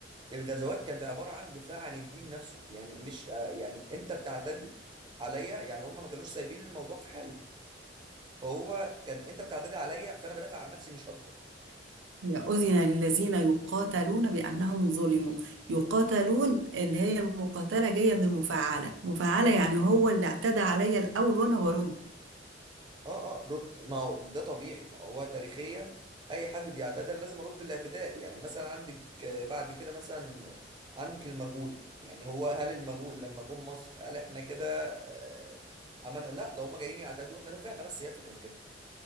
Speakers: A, on the right (about 25°); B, on the right (about 85°).
A: الغزوات كانت عبارة عن دفاع عن الدين نفسه يعني مش آه، يعني انت بتعتدي عليا يعني هم ما كانوش سايبين الموضوع في حاله فهو كان انت بتعتدي عليا فانا بدافع عن نفسي مش اكتر
B: يا أذن للذين يقاتلون بأنهم ظلموا يقاتلون اللي هي المقاتلة جاية من المفاعلة مفاعلة يعني هو اللي اعتدى عليا الأول وأنا برد
A: اه اه رد ما هو ده طبيعي ما هو تاريخيا اي حد بيعتدي انا لازم ارد الاعتداء يعني مثلا عندك آه، بعد كده مثلا آه، عندك المغول يعني هو هل المغول لما جم مصر هل احنا كده آه، عملنا لا ده هم جايين يعتدوا واحنا دافعنا بس هي الفكرة في كده